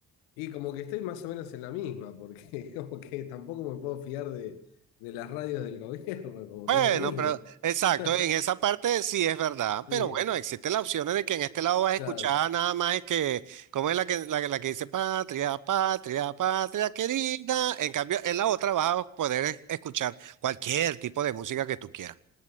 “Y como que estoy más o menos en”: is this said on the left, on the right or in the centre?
Left